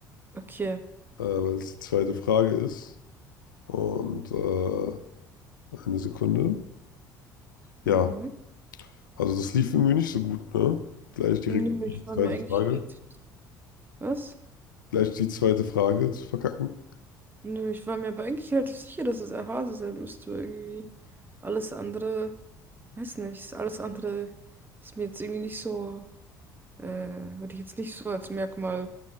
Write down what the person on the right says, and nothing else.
Okay.
Mhm.
Nö, ich
war mir eigentlich
relativ. Was?
Nö, ich war mir aber eigentlich relativ sicher, dass es ein Hase sein müsste, irgendwie. Alles andere. Weiß nicht, alles andere ist mir jetzt irgendwie nicht so, äh, würde ich jetzt nicht so als Merkmal